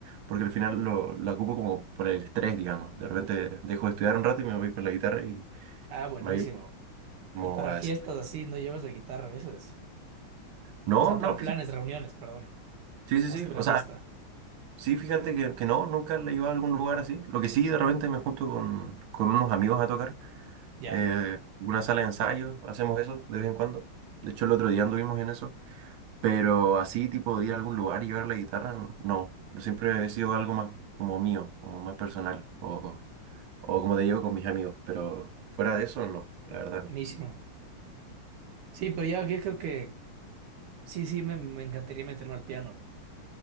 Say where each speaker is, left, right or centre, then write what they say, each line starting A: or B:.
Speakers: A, on the right; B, on the right.
A: porque al final lo, lo ocupo como por el estrés, digamos. De repente dejo de estudiar un rato y me voy con la guitarra y
B: Ah, buenísimo.
A: me voy como
B: Y para
A: a...
B: fiestas
A: des-
B: así, ¿no llevas la guitarra a veces?
A: No,
B: O sea,
A: no,
B: para
A: fíjate.
B: planes, reuniones, perdón.
A: Sí, sí,
B: Más
A: sí.
B: que una
A: O sea,
B: fiesta.
A: Sí, fíjate que, que no, nunca la he llevado a algún lugar así. Lo que sí, de repente me junto con, con unos amigos a tocar.
B: Ya,
A: eh, una sala de ensayo, hacemos eso de vez en cuando. De hecho, el otro día anduvimos en eso. Pero así, tipo, de ir a algún lugar y llevar la guitarra, n- no. Yo Siempre he sido algo más como mío, como más personal. O, o como te digo, con mis amigos. Pero fuera de eso, no, la verdad
B: buenísimo.
A: no.
B: Sí, pero ya, yo creo que sí, sí, me, me encantaría meterme al piano.